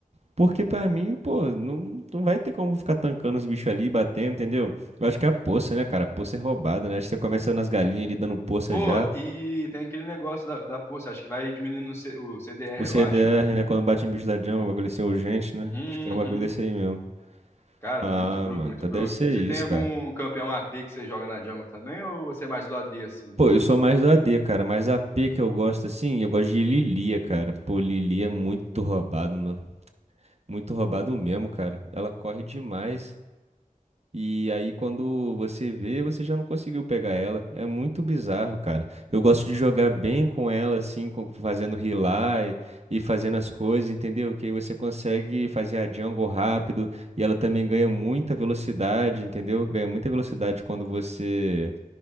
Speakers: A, on the right; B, on the left.
A: Porque pra mim, pô, não, não vai ter como ficar tancando os bichos ali, batendo, entendeu? Eu acho que é a poça, né, cara? A poça é roubada, né? Acho que você começa nas galinhas ali dando poça
B: Pô,
A: já.
B: e tem aquele negócio da, da poça, acho que vai diminuindo o C- o CDR,
A: O CDR,
B: eu acho, né?
A: né, quando bate em bicho da Django, é um bagulho assim urgente, né?
B: Uhum.
A: Acho que é um bagulho desse aí mesmo.
B: Cara,
A: Ah,
B: muito broke,
A: mano,
B: muito
A: então
B: broke.
A: deve ser
B: Você
A: isso,
B: tem algum
A: cara.
B: campeão AP que você joga na jungle também, ou você é mais do AD, assim?
A: Pô, eu sou mais do AD, cara, mas a P que eu gosto, assim, eu gosto de Lilia, cara. Pô, Lilia é muito roubado, mano. Muito roubado mesmo, cara. Ela corre demais. E aí, quando você vê, você já não conseguiu pegar ela. É muito bizarro, cara. Eu gosto de jogar bem com ela, assim, co- fazendo rely e fazendo as coisas, entendeu? Que aí você consegue fazer a jungle rápido. E ela também ganha muita velocidade, entendeu? Ganha muita velocidade quando você.